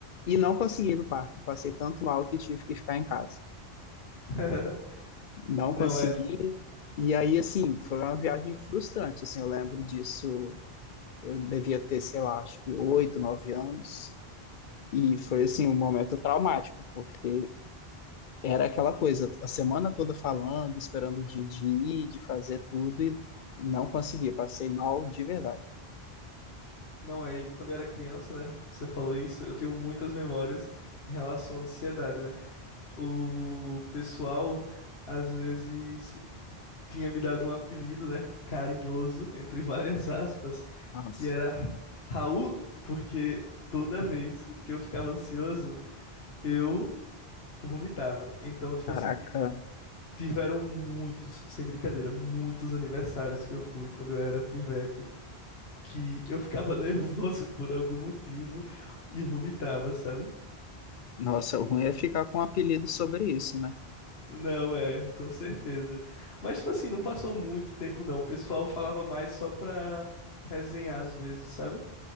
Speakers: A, on the left; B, on the left.
A: E não consegui ir no parque. Passei tanto mal que tive que ficar em casa.
B: <laughs>
A: Não
B: Não
A: consegui.
B: é.
A: E aí, assim, foi uma viagem frustrante. Assim, eu lembro disso. Eu devia ter, sei lá, acho que oito, nove anos. E foi assim um momento traumático, porque era aquela coisa, a semana toda falando, esperando o dia de ir, de fazer tudo e não consegui, passei mal de verdade.
B: Não, aí quando eu era criança, né? Você falou isso, eu tenho muitas memórias em relação à ansiedade, né? O pessoal às vezes tinha me dado um apelido, né? Carinhoso, entre várias aspas,
A: Nossa,
B: que era Raul, porque toda vez que eu ficava ansioso, eu vomitava. Então, tipo
A: caraca,
B: assim, tiveram muitos, sem brincadeira, muitos aniversários que eu fui quando eu era pivete. que eu ficava <laughs> nervoso por algum motivo e vomitava, sabe?
A: nossa, o ruim é ficar com um apelido sobre isso, né?
B: Não, é, com certeza. Mas, tipo assim, não passou muito tempo, não. O pessoal falava mais só pra resenhar às vezes, sabe?